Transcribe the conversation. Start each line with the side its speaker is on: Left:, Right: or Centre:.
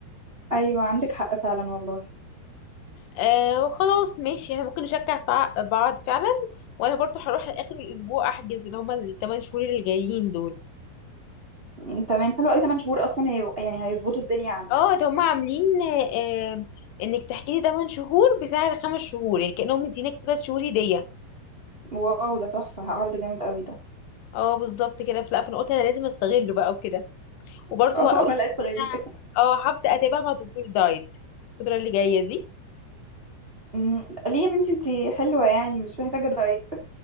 Right: ايوه عندك حق فعلا والله
Left: أه وخلاص ماشي احنا ممكن نشجع فع- بعض فعلا وانا برضو هروح لاخر الاسبوع احجز اللي هما الثمان شهور اللي جايين دول
Right: م- تمام حلو قوي 8 شهور اصلا هي يعني هيظبطوا الدنيا عندك
Left: اه ده هما عاملين أه انك تحجزي 8 شهور بسعر خمس شهور يعني كأنهم مدينك 3 شهور هدية
Right: واو ده تحفة عرض جامد قوي ده
Left: اه بالظبط كده فلا فانا قلت انا لازم استغله بقى وكده وبرضه
Right: <laughs>
Left: هقول
Right: لا استغليه
Left: ان انا اه هبدا اتابع مع دكتور دايت الفتره اللي جايه دي
Right: م، ليه يا بنتي انتي حلوة يعني مش محتاجة دايت